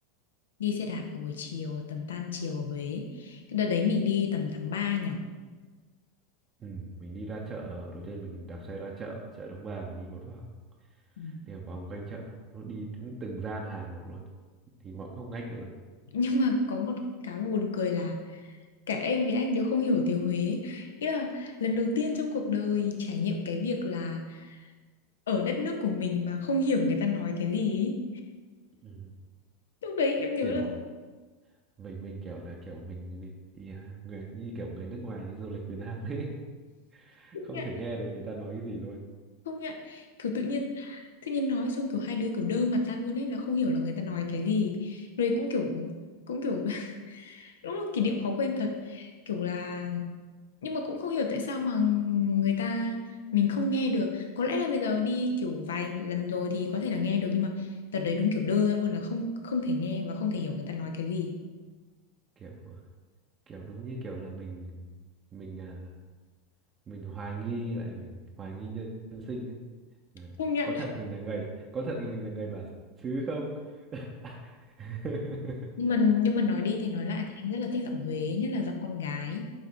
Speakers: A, on the left (about 70°); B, on the right (about 30°).
A: đi xe đạp vào buổi chiều tầm tan chiều ở Huế cái đợt đấy mình đi tầm tháng 3 nhỉ
B: Ừ, mình đi ra chợ đầu tiên mình đạp xe ra chợ chợ Đông Ba mình đi một vòng
A: Ừ.
B: đi một vòng quanh chợ nó đi đúng từng gian hàng một luôn thì mọi ngóc ngách luôn
A: nhưng mà có một cái mà buồn cười là cả em với anh đều không hiểu tiếng Huế ý là lần đầu tiên trong cuộc đời trải nghiệm cái việc là ở đất nước của mình mà không hiểu người ta nói cái gì ý.
B: ừ.
A: lúc đấy em nhớ
B: kiểu
A: là
B: mình mình kiểu là kiểu mình bị à, người như kiểu người nước ngoài đi du lịch Việt Nam ấy <laughs>
A: không
B: không
A: nhận
B: thể nghe được người ta nói cái gì luôn
A: không nhận kiểu tự nhiên tự nhiên nói xong kiểu hai đứa kiểu đơ mặt ra luôn ấy là không hiểu là người ta nói cái gì rồi cũng kiểu cũng kiểu <laughs> đúng là kỷ niệm khó quên thật kiểu là nhưng mà cũng không hiểu tại sao mà người ta mình không nghe được có lẽ là bây giờ đi kiểu vài lần rồi thì có thể là nghe được nhưng mà đợt đấy đúng kiểu đơ ra luôn là không không thể nghe và không thể hiểu người ta nói cái gì
B: kiểu kiểu đúng như kiểu là mình mình à, mình hoài nghi lại mình hoài nghi nhân, nhân sinh ấy là
A: không nhận
B: có thật mình là người có thật thì mình là người bản xứ không <laughs>
A: nhưng mà nhưng mà nói đi thì nói lại thì em rất là thích giọng Huế nhất là giọng con gái